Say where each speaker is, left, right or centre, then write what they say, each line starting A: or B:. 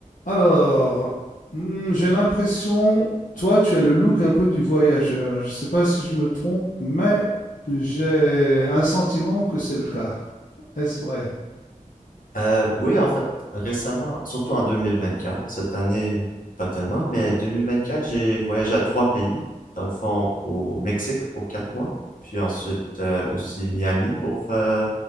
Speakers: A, on the left (about 70°); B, on the left (about 80°).
A: Alors, hmm, j'ai l'impression, toi, tu as le look un peu du voyageur. Je ne sais pas si je me trompe, mais j'ai un sentiment que c'est le cas. Est-ce vrai?
B: Euh, oui, en fait, récemment, surtout en 2024, cette année, pas tellement, mais 2024, j'ai voyagé à trois pays. Dans le fond, au Mexique pour quatre mois, puis ensuite euh, aussi Miami pour euh,